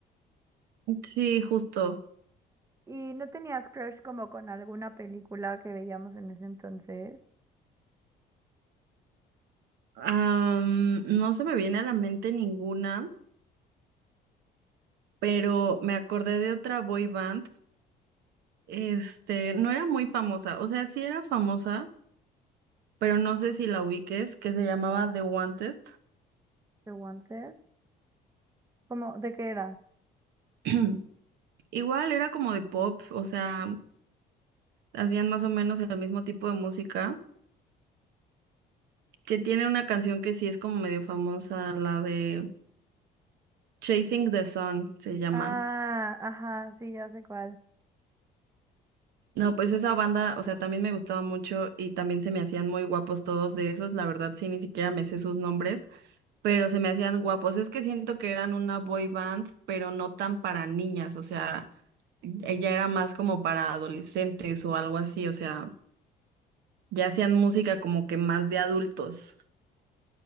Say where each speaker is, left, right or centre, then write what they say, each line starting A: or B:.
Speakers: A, on the right; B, on the right.
A: Sí, justo.
B: ¿Y no tenías crush como con alguna película que veíamos en ese entonces?
A: Am, no se me viene a la mente ninguna, pero me acordé de otra boy band. Este, no era muy famosa, o sea, sí era famosa, pero no sé si la ubiques, que se llamaba The Wanted.
B: The Wanted. ¿Cómo? ¿De qué era?
A: <clears throat> Igual era como de pop, o sea, hacían más o menos el mismo tipo de música, que tiene una canción que sí es como medio famosa, la de Chasing the Sun se llama.
B: Ah, ajá, sí, ya sé cuál.
A: No, pues esa banda, o sea, también me gustaba mucho y también se me hacían muy guapos todos de esos, la verdad sí, ni siquiera me sé sus nombres, pero se me hacían guapos. Es que siento que eran una boy band, pero no tan para niñas, o sea, ella era más como para adolescentes o algo así, o sea, ya hacían música como que más de adultos.